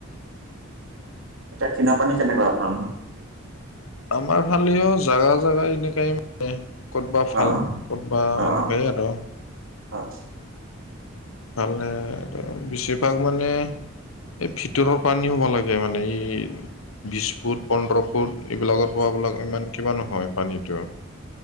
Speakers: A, on the right (about 75°); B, on the left (about 85°).
A: এতিয়া কিনা পানী কেনেকুৱা আপোনালোকৰ?
B: আমাৰ ফালেও জাগা জাগাই এনেকাই মানে, ক'তবা
A: অ
B: ভাল। ক'তবা
A: অ অ
B: এনেকাই আৰু।
A: অ'।
B: ভালেই, বেছিভাগ মানে এই ভিতৰৰ পানী হ'ব লাগে মানে, এই বিশ ফুট, পোন্ধৰ ফুট, এইবিলাকত পোৱাবিলাক ইমান কিবান নহয়। পানীটো,